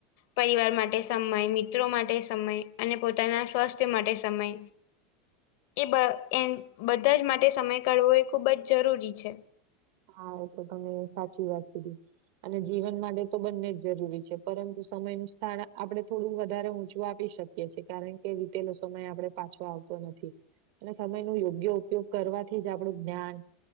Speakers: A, on the left (about 60°); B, on the right (about 60°).
A: પરિવાર માટે સમય મિત્રો માટે સમય અને પોતાના સ્વાસ્થ્ય માટે સમય. એ બ એ બધા જ માટે સમય કાઢવો એ ખૂબ જ જરૂરી છે.
B: હા એ તો તમે સાચી વાત કીધી. અને જીવન માટે તો બંને જ જરૂરી છે, પરંતુ સમય નું સ્થાન આપણે થોડું વધારે ઊંચું આપી શકીએ. કારણ કે રીતેલો સમય આપણે પાછો આવતો નથી. અને સમય ન યોગ્ય ઉપયોગ કરવાથી જ આપણું જ્ઞાન